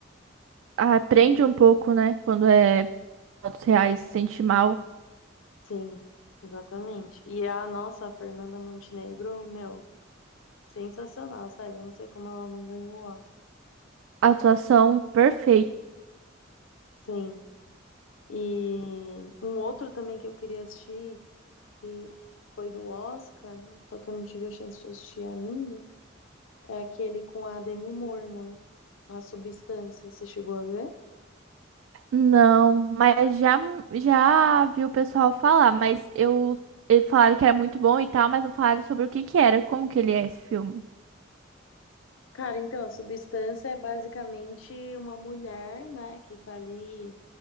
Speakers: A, on the right (about 75°); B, on the left (about 75°).
A: Ah, prende um pouco, né? Quando é fatos reais, se sente mal.
B: Sim, exatamente. E a nossa Fernanda Montenegro, meu, sensacional, sério. Não sei como ela não ganhou o Oscar.
A: Atuação perfeita.
B: Sim. E um outro também que eu queria assistir, que foi do Oscar, só que eu não tive a chance de assistir ainda, é aquele com a Demi Moore, né? A Substância. Você chegou a ver?
A: Não, mas já já vi o pessoal falar, mas eu eles falaram que era muito bom e tal, mas não falaram sobre o que que era, como que ele é esse filme.
B: Cara, então, a substância é basicamente uma mulher, né, que tá ali